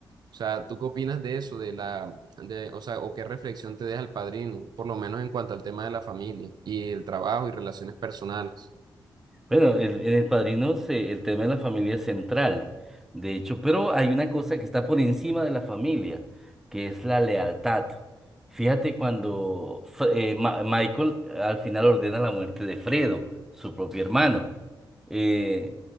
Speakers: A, on the right; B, in the centre.
A: O sea, ¿tú qué opinas de eso, de la, de, o sea, o qué reflexión te deja el padrino, por lo menos en cuanto al tema de la familia y el trabajo y relaciones personales?
B: Bueno, el- en El Padrino se- el tema de la familia es central, de hecho, pero hay una cosa que está por encima de la familia, que es la lealtad. Fíjate cuando F- eh, Ma- Michael al final ordena la muerte de Fredo, su propio hermano. eh,